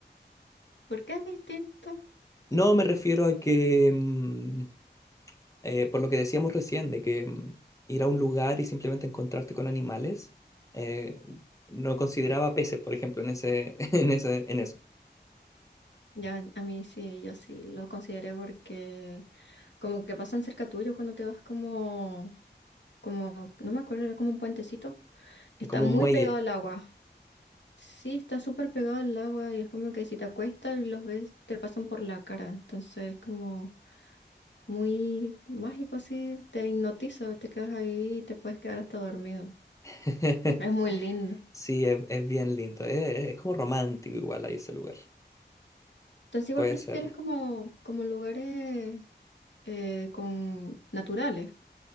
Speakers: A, on the left (about 80°); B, on the left (about 15°).
A: ¿Por qué es distinto?
B: No, me refiero a que, mm, eh, por lo que decíamos recién, de que mm, ir a un lugar y simplemente encontrarte con animales, eh, no consideraba peces, por ejemplo, en ese, <laughs> en ese, en eso.
A: Ya a mí sí, yo sí lo consideré porque como que pasan cerca tuyo cuando te vas como, como, no me acuerdo, era como un puentecito.
B: Es
A: Está
B: como
A: muy
B: un muelle.
A: pegado al agua. Sí, está súper pegado al agua y es como que si te acuestas y los ves, te pasan por la cara. Entonces es como muy mágico así, te hipnotiza, te quedas ahí y te puedes quedar hasta dormido.
B: <laughs>
A: Es muy lindo.
B: Sí, es, es bien lindo. Es, es como romántico igual ahí ese lugar.
A: Entonces igual
B: Puede
A: prefieres
B: serlo.
A: como, como lugares eh, con naturales.